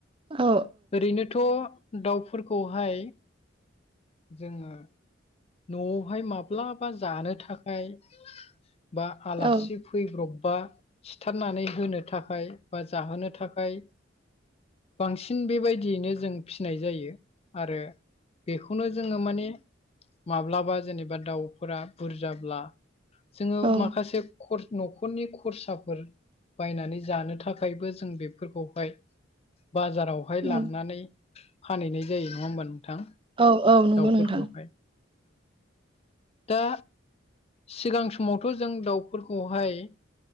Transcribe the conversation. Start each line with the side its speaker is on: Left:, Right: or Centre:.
Right: औ
Left: ओरैनोथ' दाउफोरखौहाय जोङो न'आवहाय माब्लाबा जानो थाखाय बा आलासि
Right: औ
Left: फैब्रबबा सिथारनानै होनो थाखाय बा जाहोनो थाखाय बांसिन बेबायदियैनो जों फिनाय जायो आरो बेखौनो जोङो माने माब्लाबा जेनेबा दाउफोरा बुरजाब्ला जोङो
Right: औ
Left: माखासे न'खरनि खरसाफोर बायनानै जानो थाखायबो जों बेफोरखौहाय बाजारावहाय
Right: औ
Left: लांनानै फानहैनाय जायो नङा होमबा थां
Right: औ औ नंगौ
Left: दाउफोरखौहाय
Right: नोंथां
Left: दा सिगां समावथ' जों दाउफोरखौहाय